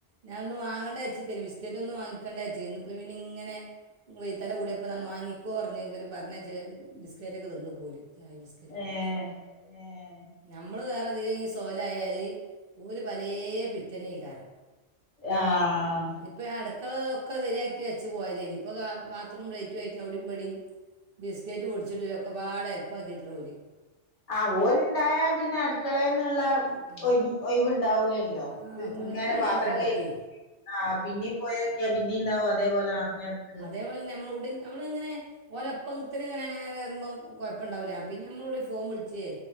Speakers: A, on the right (about 55°); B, on the left (about 75°).
A: ഞാനൊന്നു വാങ്ങണ്ടച്ചിക്കേന് ബിസ്ക്കറ്റൊന്നും വാങ്ങിക്കേണ്ടച്ച്‌ക്കേനി ഇപ്പം ഇവനിങ്ങനെ വെയ്ത്തല കൂടിയപ്പോൾ ന്നാത് വാങ്ങിക്കോ പറഞ്ഞ് താലും പറഞ്ഞ യ്ച്ച് ബിസ്ക്കറ്റൊക്കെ തിന്ന്പ്പോല് ചായിം ബിസ്കറ്റെക്കെ
B: ഏഹ്
A: കുട്ച്ചു.
B: ഏഹ്
A: നമ്മള് വേറെതിലേലും പൊയലായാല് പലേ പിത്തനേക്കാരം
B: ആഹ്
A: ഇപ്പൊ ഞാ അടുക്കള ഒക്കെ ശരിയാക്കി വെച്ച് പോയതേനി ഇപ്പ പാത്രും പ്ലെയ്റ്റേറ്റ് അവ്ടിം ബടിം ബിസ്കറ്റ് പൊടിച്ചിട്ട് ഒക്കെപാട് എര്പ്പാക്കിട്ടോര്
B: ആ ഓല്ണ്ടായാ പിന്നെ അടുക്കളേന്നുള്ള
A: ആ
B: ഒഴിവുണ്ടാവൂലല്ലോ
A: ആ
B: ഇതിങ്ങനെ
A: പണിമ പണിയാവും
B: പാത്രം
A: നമുക്ക്
B: കഴ് ആ പിന്നിം പോയൊക്കാ പിന്നീംണ്ടാവും അതേപോലെ നർഞ്ഞട്ക്ക്ണ്
A: അതേപോലെന്നെ നമ്മളവ്ടം നമ്മള്ങ്ങനെ ഓലെപ്പത്തിനിങ്ങനെങ്ങന വരുമ്പോ കൊഴ്പ്പണ്ടാവൂല്ല പിന്നെ നമ്മളവ്ടേം ഫോൺ വിളിച്ചേ